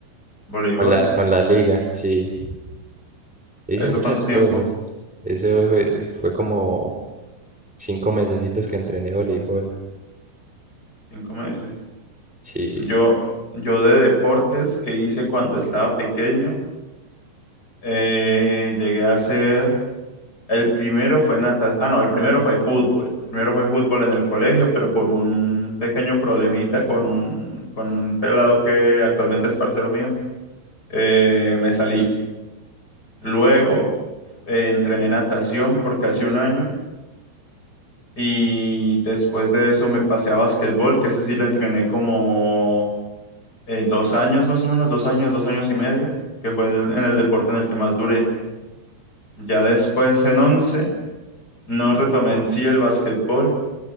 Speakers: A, on the left (about 20°); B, in the centre.
A: Voleibol.
B: con la, con la liga, sí. E Hice
A: ¿Eso
B: muchas
A: cuánto tiempo?
B: cosas. Eso fue, fue como cinco mesecitos que entrené voleibol.
A: Cinco meses.
B: Sí.
A: Yo, yo de deportes que hice cuando estaba pequeño, eh, llegué a hacer, el primero fue natación, ah, no, el primero fue fútbol. El primero fue fútbol en el colegio, pero por un pequeño problemita con un, con un pelado que actualmente es parcero mío, eh, me salí. Luego eh, entrené natación por casi un año. Y después de eso me pasé a básquetbol, que ese sí lo entrené como eh, dos años más o menos, dos años, dos años y medio, que fue el- en el deporte en el que más duré. Ya después en 11 no retomé en sí el básquetbol